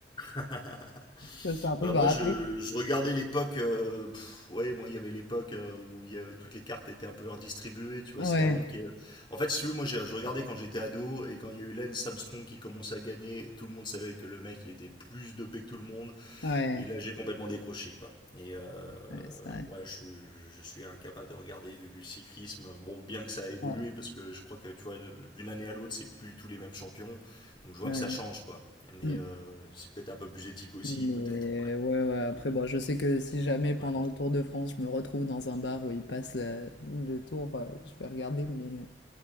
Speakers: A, on the left; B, on the left.
A: <laughs>
B: ça, c'est un truc,
A: Bah
B: bah,
A: moi je,
B: après.
A: je regardais l'époque euh, pff, ouais moi il y avait l'époque euh, où il y avait- toutes les cartes étaient un peu redistribuées tu vois
B: Ouais,
A: c'était avant que en fait si tu veux moi j'ai- je regardais quand j'étais ado et quand il y a eu Lance Armstrong qui commençait à gagner tout le monde savait que le mec il était plus dopé que tout le monde
B: ouais,
A: et là, j'ai complètement décroché, quoi. Et euh,
B: ouais, c'est vrai.
A: ouais, je, suis- je suis incapable de regarder du cyclisme. Bon, bien que ça a évolué,
B: Ouais,
A: parce que je crois que, tu vois, de- d'une année à l'autre, c'est plus tous les mêmes champions. Donc, je vois
B: ouais.
A: que ça change, quoi. Mais
B: Mm.
A: euh, c'est peut-être un peu plus éthique aussi,
B: Mais
A: peut-être. Ouais.
B: ouais, ouais, après, bon, je sais que si jamais pendant
A: Ouais.
B: le Tour de France, je me retrouve dans un bar où il passe le, le tour, euh, je vais regarder, mais